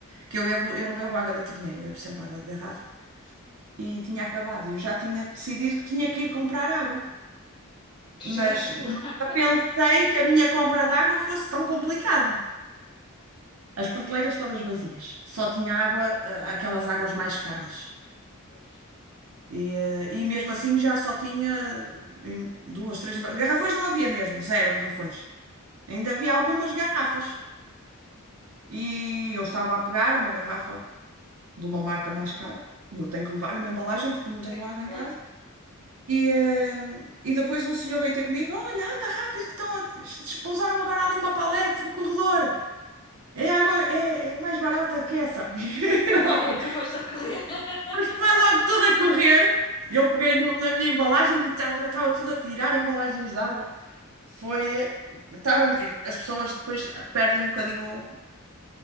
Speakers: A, on the right (about 70°); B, on the left (about 20°).
A: Que eu bebo, eu não bebo água da torneira, eu bebo sempre
B: Sim.
A: água de garrafa. E tinha acabado. E eu já tinha decidido que tinha que ir comprar água.
B: Tu
A: mas
B: chegaste
A: nunca
B: lá.
A: pensei que a minha compra de água fosse tão complicada. As prateleiras todas vazias, só tinha água, ah, aquelas águas mais caras.
B: Mas,
A: E, eh, e mesmo assim já só tinha eh, em duas, três. Garrafões não havia mesmo, zero garrafões. Ainda
B: meu
A: havia algumas
B: Deus.
A: garrafas. E eu estava a pegar uma garrafa de uma marca mais cara. E eu tenho que levar uma embalagem porque não tenho
B: A-
A: água
B: Claro.
A: em casa. E, eh, e depois um senhor veio ter comigo: Olha, anda rápido, que estão a... despousaram agora ali uma palete no corredor. É água, é, é mais barata do que essa. <laughs> E
B: <laughs>
A: Lá foi.
B: tu foste a correr. <laughs>
A: Mas foi logo toda a correr. E Eu peguei no- na minha embalagem e tá- já estava tudo a tirar embalagens de água. Foi. eh, Tava, eh, as pessoas depois eh, perdem um bocadinho